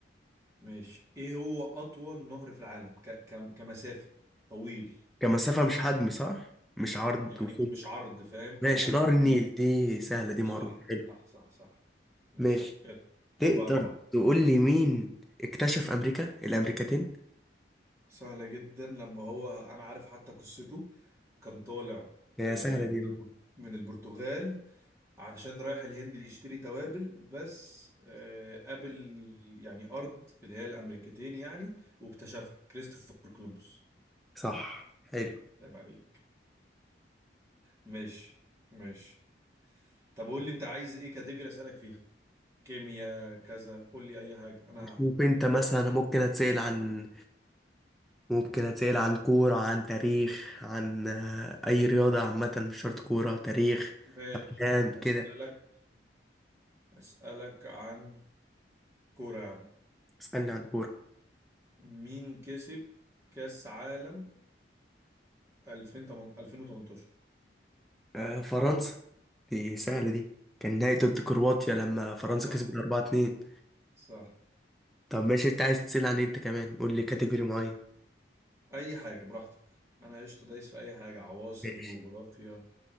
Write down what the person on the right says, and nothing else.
ماشي ايه هو اطول نهر في العالم ك ك كمسافة طويل
يعني
مش عرض فاهم كمسافة
طويل
صح
صح صح صح ماشي
يلا
أربعة أربعة
سهلة جدا لما هو أنا عارف حتى قصته كان طالع
آه،
من
البر- من البرتغال عشان رايح الهند يشتري توابل بس آه، قابل يعني أرض اللي هي الأمريكتين يعني واكتشفها كريستوفر كولومبوس
نايم عليك ماشي ماشي طب قول لي أنت عايز إيه كاتيجوري أسألك فيها كيمياء كذا قول لي أي حاجة أنا
أنا أفكر
لك
في
سؤال.
ماشي
أسألك أسألك عن كورة يا عم
مين كسب كأس عالم 2018
صح
صح
اي حاجه براحتك انا قشطه دايس في اي حاجه عواصم
جغرافيا